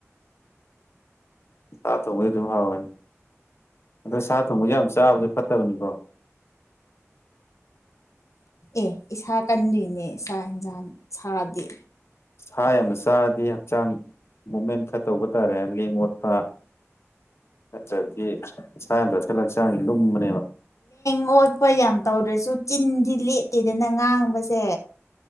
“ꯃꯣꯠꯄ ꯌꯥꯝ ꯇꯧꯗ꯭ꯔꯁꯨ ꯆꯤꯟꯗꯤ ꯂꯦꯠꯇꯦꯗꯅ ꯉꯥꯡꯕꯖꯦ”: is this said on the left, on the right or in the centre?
Left